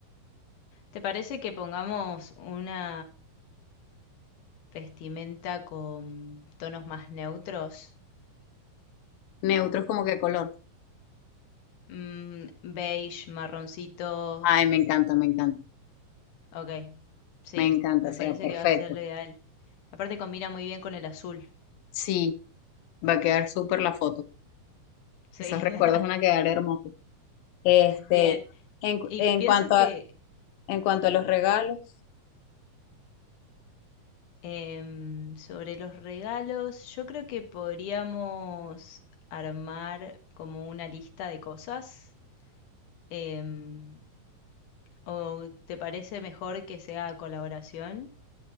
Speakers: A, on the left (about 65°); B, on the left (about 80°).
A: ¿Te parece que pongamos una vestimenta con tonos más neutros?
B: neutros como que color?
A: Mm, beige, marroncitos,
B: Ay, me encanta, me encanta,
A: Ok, sí,
B: me encanta,
A: me
B: o sea,
A: parece
B: perfecto.
A: que va a ser lo ideal. Aparte combina muy bien con el azul,
B: Sí, va a quedar súper la foto.
A: sí,
B: Esos recuerdos
A: <laughs>
B: van a quedar hermosos. Este,
A: bien.
B: en,
A: Y
B: en
A: pienso
B: cuanto a,
A: que
B: en cuanto a los regalos.
A: em, sobre los regalos, yo creo que podríamos armar como una lista de cosas. em, ¿o te parece mejor que sea colaboración?